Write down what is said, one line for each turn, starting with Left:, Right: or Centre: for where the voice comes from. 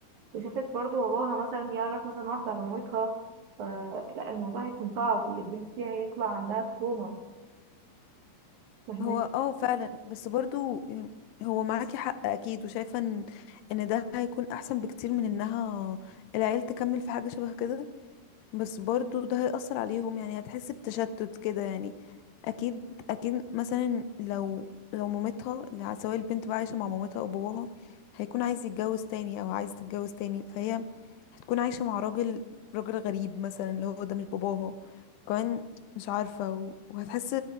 Right: وشافت برضه باباها مثلا يعرف مثلا واحدة على مامتها فلا الموضوع هيكون صعب البنت دي هيطلع عندها تروما فاهماني
Left: هو اه فعلا بس برضو يعني هو معاكي حق اكيد وشايفه ان ان ده هيكون احسن بكتير من انها العيال تكمل في حاجه شبه كده بس برضو ده هيأثر عليهم يعني هتحس بتشتت كده يعني اكيد اكيد مثلا لو لو مامتها اللي سواء البنت بقى عايشة مع مامتها او باباها هيكون عايز يتجوز تاني او عايز تتجوز تاني فهي هتكون عايشة مع راجل راجل غريب مثلا اللي هو ده مش باباها كمان مش عارفة و- وهتحس